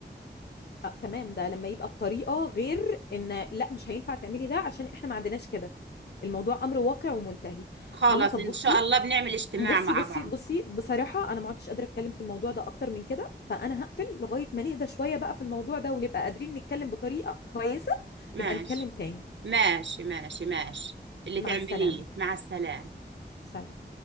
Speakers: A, on the left (about 65°); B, on the right (about 90°).
A: آه تمام ده لما يبقى الطريقه غير ان لا مش هينفع تعملي ده عشان احنا ما عندناش كده الموضوع امر واقع ومنتهي
B: خلاص
A: ماما طب
B: ان
A: بصي
B: شاء الله بنعمل اجتماع
A: بصي
B: مع
A: بصي
B: بعض
A: بصي بصراحه انا ما عدتش قادره اتكلم في الموضوع ده اكتر من كده فانا هقفل لغايه ما نهدى شويه بقى في الموضوع ده ونبقى قادرين نتكلم بطريقه كويسه
B: ماشي
A: نبقى نتكلم تاني
B: ماشي ماشي ماشي اللي
A: مع
B: تعمليه
A: السلامه
B: مع السلامه
A: سلام